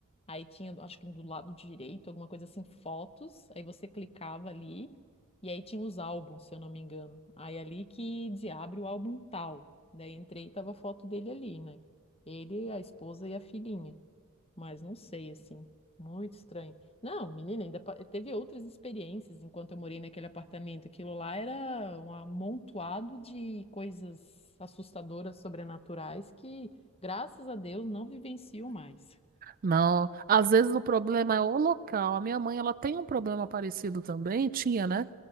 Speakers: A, on the left; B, on the right.
A: aí tinha, acho que do lado direito, alguma coisa assim, fotos, aí você clicava ali, e aí tinha os álbuns, se eu não me engano. Aí é ali que dizia, abre o álbum tal. Daí entrei e tava a foto dele ali, né? Ele, a esposa e a filhinha. Mas não sei, assim, muito estranho. Não, menina, ainda pa- teve outras experiências enquanto eu morei naquele apartamento. Aquilo lá era um amontoado de coisas assustadoras, sobrenaturais, que, graças a Deus, não vivencio mais.
B: Não, às vezes o problema é o local. A minha mãe, ela tem um problema parecido também, tinha, né?